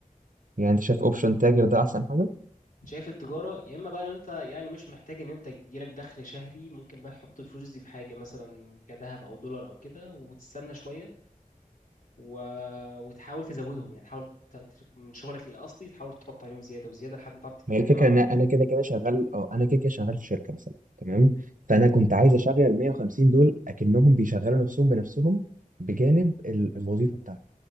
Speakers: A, on the right; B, on the left.
A: يعني انت شايف اوبشن تاجر ده احسن حاجه
B: شايف التجاره يا اما بقى لو انت يعني مش محتاج ان انت يجيلك دخل شهري ممكن بقى تحط الفلوس دي في حاجه مثلا كذهب او دولار او كده وتستنى شويه و... وتحاول تزودهم يعني تحاول ت... ت- من شغلك الاصلي تحاول تحط عليهم زياده وزياده لحد ما تعرف
A: ما هي
B: تجمع
A: الفكره
B: مبلغ
A: ان انا كده كده شغال اه انا كده كده شغال في شركه مثلا تمام فانا كنت عايز اشغل ال 150 دول اكنهم بيشغلوا نفسهم بنفسهم بجانب ال- الوظيفه بتاعتي